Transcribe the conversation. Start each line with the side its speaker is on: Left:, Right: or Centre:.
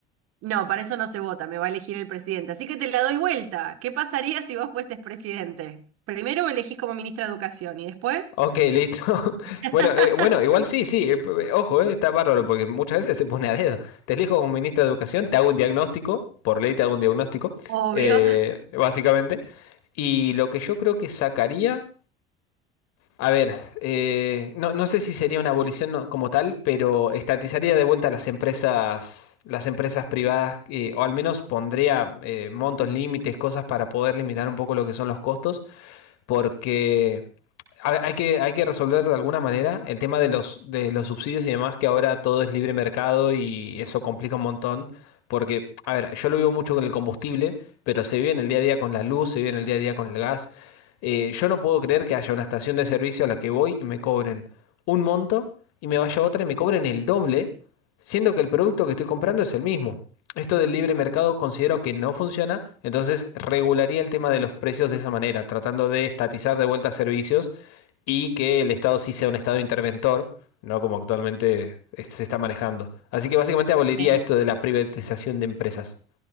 Right: no, para eso no se vota, me va a elegir el presidente. Así que te la doy vuelta. ¿Qué pasaría si vos fueses presidente? Primero me elegís como ministra de Educación y después,
Left: Ok, listo. <laughs>
Right: <laughs>
Left: Bueno, eh, bueno, igual sí, sí. eh, p- eh, ojo, eh, está bárbaro porque muchas veces se pone a dedo. Te elijo como ministra de Educación, te hago un diagnóstico, por ley te hago un diagnóstico,
Right: obvio.
Left: eh, básicamente. Y lo que yo creo que sacaría. A ver, eh, no, no sé si sería una abolición no- como tal, pero estatizaría de vuelta las empresas, las empresas privadas, eh, o al menos pondría eh, montos, límites, cosas para poder limitar un poco lo que son los costos, porque ha- Hay que, hay que resolver de alguna manera el tema de los, de los subsidios y demás, que ahora todo es libre mercado y eso complica un montón. Porque, a ver, yo lo vivo mucho con el combustible, pero se vive en el día a día con la luz, se vive en el día a día con el gas. Eh, yo no puedo creer que haya una estación de servicio a la que voy y me cobren un monto y me vaya a otra y me cobren el doble siendo que el producto que estoy comprando es el mismo. Esto del libre mercado considero que no funciona, entonces regularía el tema de los precios de esa manera, tratando de estatizar de vuelta servicios y que el Estado sí sea un Estado interventor, no como actualmente es- se está manejando. Así que básicamente aboliría
Right: Bien,
Left: esto de la privatización de empresas.